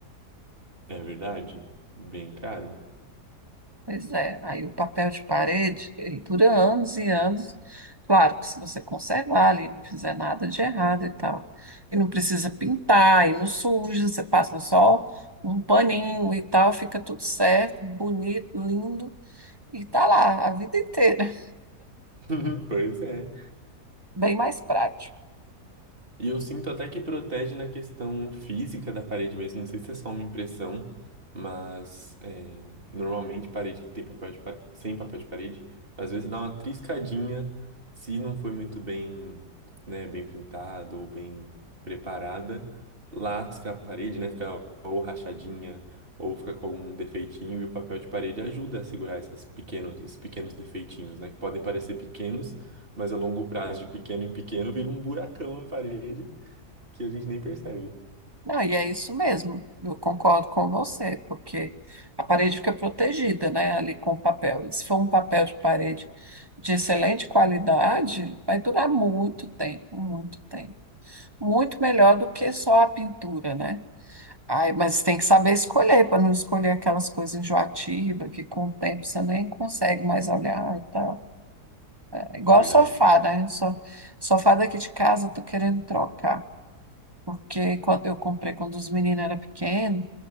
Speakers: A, on the right; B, on the right.
A: É verdade? Bem caro.
B: Pois é. Aí o papel de parede, ele dura anos e anos. Claro que se você conservar ali, não fizer nada de errado e tal. E não precisa pintar, e não suja, você passa só um paninho e tal, fica tudo certo, bonito, lindo, e tá lá a vida inteira.
A: <laughs> Pois é.
B: bem mais prático.
A: E eu sinto até que protege na questão física da parede mesmo. Não sei se é só uma impressão, mas é, normalmente parede que tem papel de pa- sem papel de parede, às vezes dá uma triscadinha se não foi muito bem, né, bem pintado ou bem preparada, lasca a parede, né, fica ou rachadinha ou fica com algum defeitinho e o papel de parede ajuda a segurar essas pequenos, esses pequenos defeitinhos, né, que podem parecer pequenos mas a longo prazo, de pequeno em pequeno, vira um buracão na parede que a gente nem percebe.
B: Não, e é isso mesmo, eu concordo com você, porque a parede fica protegida, né, ali com o papel. E se for um papel de parede de excelente qualidade, vai durar muito tempo, muito tempo. Muito melhor do que só a pintura, né? Ai, mas tem que saber escolher, para não escolher aquelas coisas enjoativas que com o tempo você nem consegue mais olhar e tal. É igual
A: É verdade.
B: sofá, né? So- Sofá daqui de casa, eu tô querendo trocar. porque quando eu comprei quando os meninos eram pequenos,